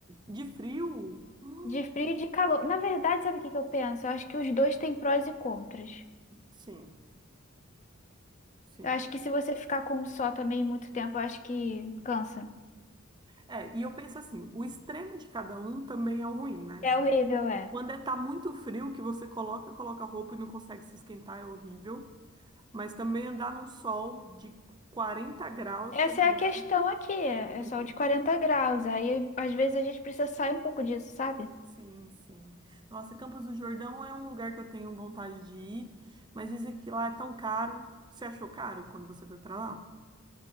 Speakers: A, on the right; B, on the left.
A: De frio? Hum,
B: de frio e de calor. Na verdade, sabe o que que eu penso? Eu acho que os dois têm prós e contras.
A: sim, sim.
B: Eu acho que se você ficar com um só também muito tempo, eu acho que cansa.
A: É, e eu penso assim, o extremo de cada um também é o ruim, né?
B: É horrível, é.
A: Quando é tá muito frio, que você coloca, coloca roupa e não consegue se esquentar, é horrível. Mas também andar num sol de 40 graus
B: Essa
A: também.
B: é a questão aqui, é
A: <laughs>
B: é sol de 40 graus. Aí, às vezes, a gente precisa sair um pouco disso, sabe?
A: Sim, sim. Nossa, Campos do Jordão é um lugar que eu tenho vontade de ir, mas dizem que lá é tão caro. Você achou caro quando você foi pra lá?